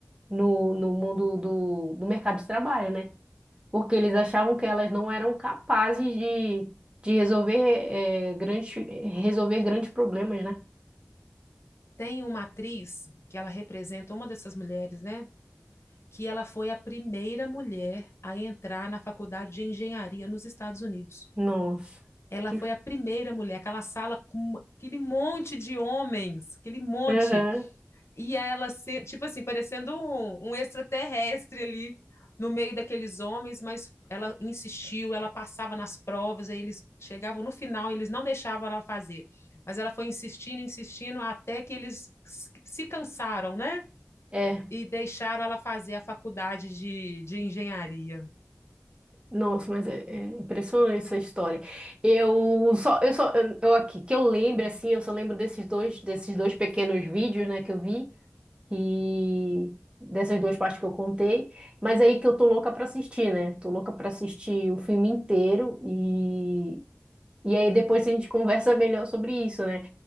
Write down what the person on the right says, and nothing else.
no, no mundo do, do mercado de trabalho, né? Porque eles achavam que elas não eram capazes de, de resolver, é, grandes, resolver grandes problemas, né?
Nossa,
que...
Aham,
é.
Nossa, mas é, é impressionante essa história. Eu só, eu só, eu, eu aqui que eu lembro assim, eu só lembro desses dois, desses dois pequenos vídeos, né, que eu vi e dessas duas partes que eu contei. Mas aí que eu tô louca pra assistir, né? Tô louca pra assistir o filme inteiro e e aí depois a gente conversa <laughs> melhor sobre isso, né?